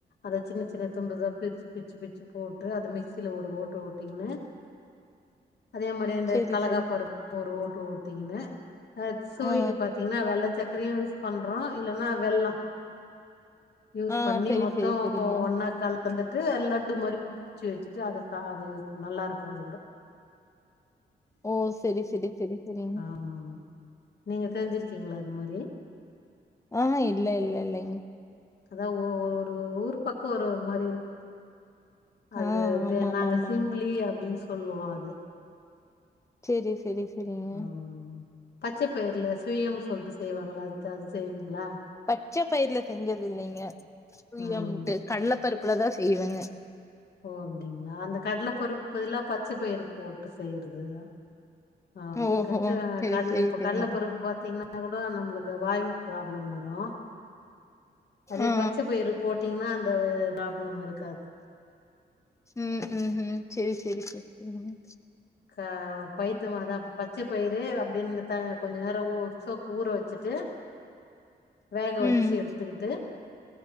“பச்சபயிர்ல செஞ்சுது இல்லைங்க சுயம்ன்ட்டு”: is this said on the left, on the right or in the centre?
Left